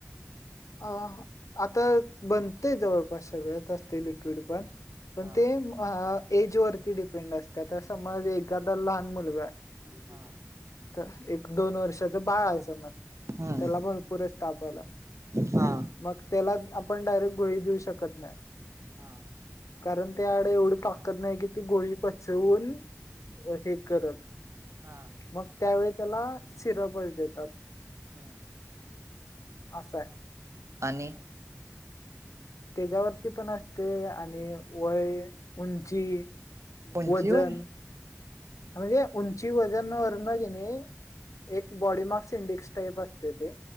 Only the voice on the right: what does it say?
हा
हा
हम्म
हा
हा
हा
हम्म
आणि
उंचीवर